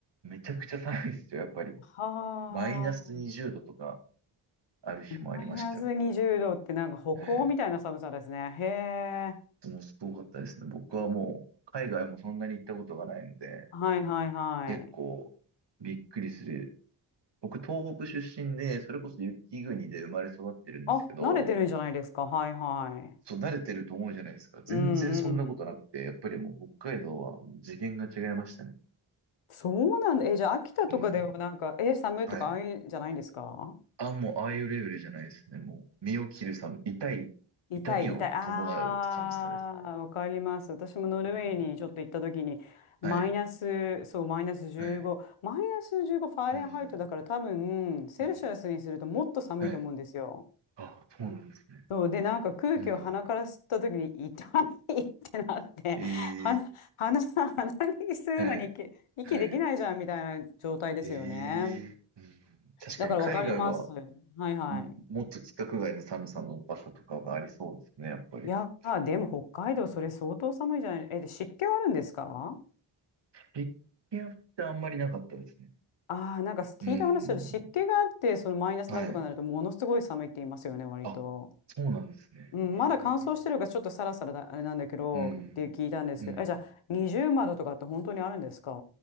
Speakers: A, on the right (about 55°); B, on the left (about 75°).
A: めちゃくちゃ寒いですよ、やっぱり。
B: はあ、
A: マイナス20度とかある日もありましたよ。
B: マイナス20度ってなんか北欧みたいな寒さですね。
A: はい
B: へえ。
A: もうすごかったですね。僕はもう、海外もそんなに行ったことがないので、
B: はいはいはい。
A: 結構びっくりする。僕、東北出身で、それこそ雪国で生まれ育ってるんですけど、
B: あ、慣れてるんじゃないですか。はいはい。
A: そう、慣れてると思うじゃないですか。全然そんなことなくて、
B: うんうん。
A: やっぱりもう北海道はもう次元が違いましたね。
B: そうなんだ。え、じゃあ秋田とかでもなんか、
A: うん。
B: え、寒いとかああいうんじゃないんですか
A: はい。あ、もうああいうレベルじゃないですね。もう、身を切る寒、痛い、
B: 痛い、
A: 痛みを伴う寒さですね。
B: 痛い。ああ、わかります。私もノルウェーにちょっと行った時に、
A: うん。はい。
B: マイナス、そう、マイナス15、
A: はい。
B: マイナス15ファーレンハイトだから多分、
A: うん。
B: セルシアスにするともっと寒いと思うんですよ。
A: うん。はい。あ、そうなんですね。
B: そう、で、なんか空気を鼻から吸った時に痛いってなって、
A: うん。ええ
B: 鼻、鼻、鼻に吸うのに息、
A: はい、
B: 息できないじゃんみたいな状態ですよね。
A: はい。ええうん。確かに海外は、
B: だからわかります。はいはい。
A: んもっと規格外の寒さの場所とかがありそうですね、やっぱり。
B: いやー、でも北海道それ相当寒いじゃない。
A: うん。
B: え、で、湿気はあるんですか
A: 実験ってあんまりなかったですね。
B: ああ、なんか聞いた話だと湿気があって、
A: うん。
B: そのマイナスなんとかになるとものすごい寒いって言いますよね、
A: はい。
B: 割と。
A: あ、そうなんですね。
B: うん、
A: ええ
B: まだ乾燥してるからちょっとサラサラだ、あれなんだけどって聞いたんですけど、
A: うん。うん。
B: え、じゃあ20窓とかって本当にあるんですか